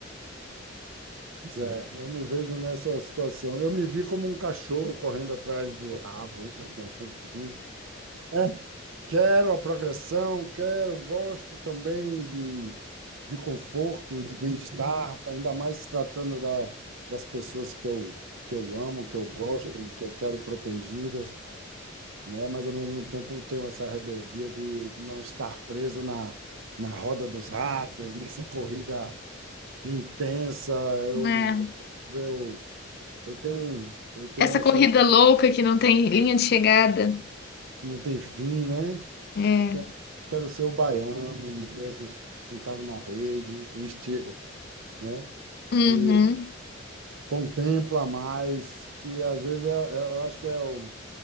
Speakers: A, on the right; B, on the left.
A: pois é, eu me vejo nessa situação. Eu me vi como um cachorro correndo atrás do rabo, <laughs> assim. É, Quero a progressão, quero, gosto também de, de conforto, de bem-estar, ainda mais se tratando da, das pessoas que eu, que eu amo, que eu gosto, que eu quero protegidas, né? Mas ao mesmo tempo eu tenho essa rebeldia de não estar preso na, na roda dos ratos, nessa corrida intensa. Eu,
B: É.
A: eu, eu tenho, eu tenho
B: Essa
A: essa
B: corrida louca que não tem linha de chegada.
A: que não tem fim, né?
B: É.
A: Eu que- quero ser o baiano mesmo, sentado na rede, o estilo, né?
B: Uhum.
A: Que contempla mais, que às vezes é, é- eu acho que é o,